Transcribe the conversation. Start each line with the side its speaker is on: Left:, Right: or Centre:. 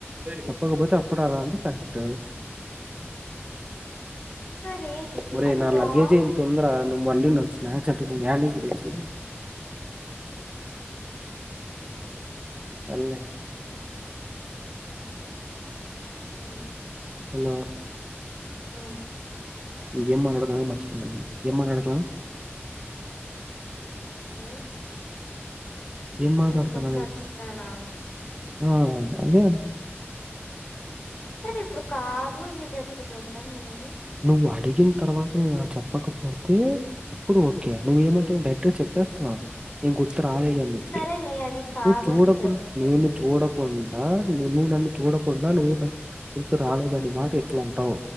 Right: చెప్పకపోతే అప్పుడు అలా అంటే కరెక్ట్
Left: సరే
Right: ఒరేయ్
Left: అది
Right: నా
Left: రాంగ్
Right: లగేజే ఇంతుందిరా నువ్వు మళ్ళీ నన్ను స్నాక్స్ అంటె ఇప్పుడు యాడినుంచి తెచ్చేది సరేలే
Left: ఉ
Right: హలో
Left: అ
Right: ఏం మాట్లాడుతున్నానో మరచిపోయా నేను ఏం మాట్లాడుతన్నా
Left: అ
Right: ఏం మాట్లాడుతున్నా
Left: నేను గుర్తొచ్చిననా
Right: నేను ఆ అదే అంట
Left: సరే ఇప్పుడు కాదు అని చెప్పు చూద్దాం నేను
Right: నువ్వు అడిగిన తర్వాత నేను అలా చెప్పకపోతే అప్పుడు ఓకే నువ్వు ఏమంటావ్ డైరెక్ట్గా చెప్ చెప్పేస్తున్నావు నేను గుర్తు రాలేదు అని చెప్పి
Left: సరేలే అది కాదు
Right: నువ్వు చూడకుండ
Left: అని చెప్పు చూద్దాం
Right: నేను చూడకుండ ఆ నువ్వు నన్ను చూడకుండా నువ్వు నన్ను గుర్తు రాలేదనే మాట ఎట్ల అంటావు